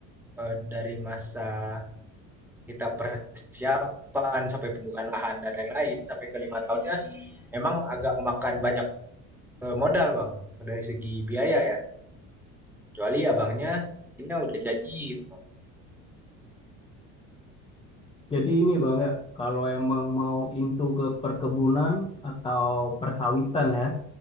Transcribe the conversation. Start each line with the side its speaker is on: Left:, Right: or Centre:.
Centre: eh, dari masa kita persiapan sampai pembukaan lahan dan lain-lain sampai ke lima tahunnya memang agak memakan banyak eh, modal Bang dari segi biaya ya. Kecuali abangnya belinya udah jadi gitu, Bang,
Left: Jadi ini Bang ya, kalau emang mau into ke perkebunan atau persawitan ya,